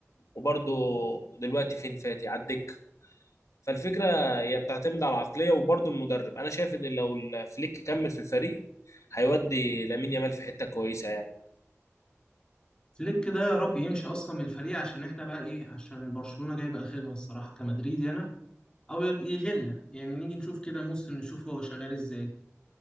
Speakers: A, on the left; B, on the left.
A: وبرضو دلوقتي فين فاتي على الدكة فالفكرة هي بتعتمد على العقلية وبرضو المدرب أنا شايف إن لو فليك كمل في الفريق هيودي لامين يامال في حتة كويسة يعني
B: فليك ده يا رب يمشي أصلا من الفريق عشان إحنا بقى إيه عشان برشلونة جايب آخرنا الصراحة كمدريدي أنا أو يجي لنا يعني نيجي نشوف كده موسم نشوف هو شغال إزاي